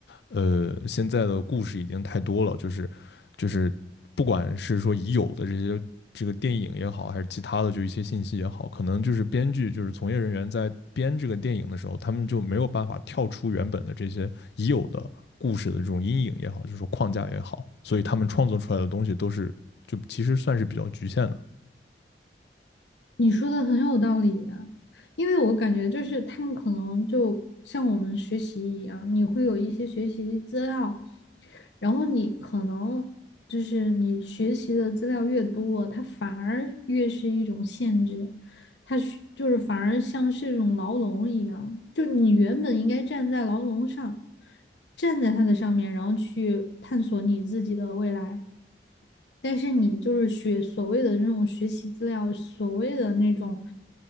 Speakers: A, on the left (about 65°); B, on the left (about 80°).
A: 呃，现在的故事已经太多了，就是就是不管是说已有的这些这个电影也好，还是其他的就一些信息也好，可能就是编剧就是从业人员在编这个电影的时候，他们就没有办法跳出原本的这些已有的故事的这种阴影也好，就是说框架也好，所以他们创作出来的东西都是就其实算是比较局限的。
B: 你说的很有道理啊，因为我感觉就是他们可能就像我们学习一样，你会有一些学习资料，然后你可能就是你学习的资料越多，它反而越是一种限制，它是就是反而像是一种牢笼一样，就你原本应该站在牢笼上，站在它的上面，然后去探索你自己的未来。但是你就是学所谓的那种学习资料，所谓的那种，